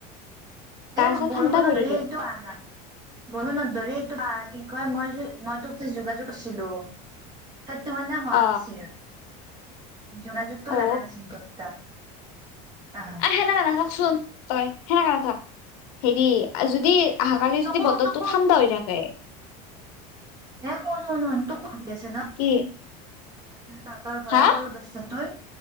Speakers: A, on the left (about 80°); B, on the right (about 20°).
A: গা
B: এই
A: চা
B: বৰষুণত
A: ঠাণ্ডা পৰি
B: <unintelligible>
A: গেল
B: বৰষুণত ধৰি এইটো আ, কি কয় মই য'ত মই তোক যে যোগাযোগ কৰিছিলো, সেইটো মানে হোৱা
A: অ
B: নাছিল। যোগাযোগটো
A: অ
B: লাগা নাছিল তোৰ তাত। আহ,
A: সেনেকে নাথাকচোন তই, সেনেকাে নাথাক। হেৰি যদি অহাকালি
B: তোকো
A: যদি বতৰটো
B: তোকো
A: টো, ঠাণ্ডা হৈ থাকে।
B: এই শুন, শুন, শুন তোক সুধি আছে ন,?
A: কি?
B: তহঁতৰ ঘৰৰ
A: হা
B: সৰু সদস্য তই,